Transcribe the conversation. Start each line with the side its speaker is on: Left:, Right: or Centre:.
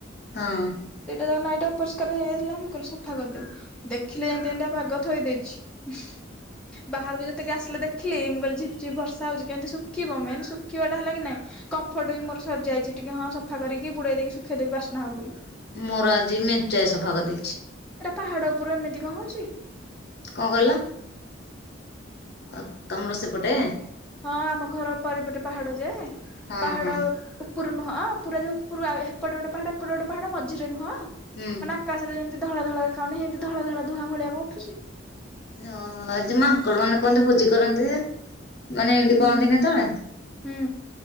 Left: ହଁ।
Centre: ଦିଟା ଯାକ ନାଇଟି ଅପରିଷ୍କାର ହେଇଯାଇଥିଲା ମୁଁ କହିଲି ସଫା କରିଦେବି। ଦେଖିଲେ ଯେମତି ଏମତିଆ ପାଗ ଥୋଇଦେଇଚି। ବାହାରକୁ ଯେତିକି ଆସିଲେ ଦେଖିଲି ମୁଁ କହିଲିି ଝିପ୍ ଝିପ୍ ବର୍ଷା ହୋଉଚି କେମିତି ଶୁଖିବ ମେନ ଶୁଖିବା ହେଲା କି ନାଇଁ କମ୍ଫର୍ଟ ବି ମୋର ସରିଯାଇଚି ଟିକେ ହଁ ସଫା କରିକି ବୁଡେଇ ଦେଇକି ଶୁଖେଇଦେବି ବାସ୍ନା ହବ ବୋଲି।
Left: ମୋର ଆଜି ମେଞ୍ଚାଏ ସଫା କରିଦେଇଚି।
Centre: ଆଟା ପାହାଡ ଉପରୁ ଏମିତି କଣ ହୋଉଚି।
Left: କଣ କହିଲ ଅ ତମର ସେପଟେ?
Centre: ହଁ ଆମ ଘର ବାରିପଟେ ପାହାଡ ଯେ
Left: ହଁ
Centre: ପାହାଡ
Left: ହଁ
Centre: ଉ ଉପୁରୁ ନୁହଁ ପୁରା ଯୋଉ ପୁରା ହେପଟେ ଗୋଟେ ପାହାଡ ଏପଟେ ଗୋଟେ ପାହାଡ ମଝିରେ ନୁହଁ
Left: ହୁଁ।
Centre: ମାନେ ଆକାଶରେ ଯେମତି ଧଳା ଧଳା ଦେଖାହୋଉନି ହେମତି ଧଳା ଧଳା ଧୂଆଁ ଭଳିଆ କଣ ଉଠୁଚି।
Left: ଅହ ଏ ଯେ ମାଙ୍କଡମାନେ କୁହନ୍ତି ଭୋଜି କରନ୍ତି ଯେ। ମାନେ ଏମତି
Centre: ହୁଁ
Left: କୁହନ୍ତିିନି ହେତଳେ
Centre: ହୁଁ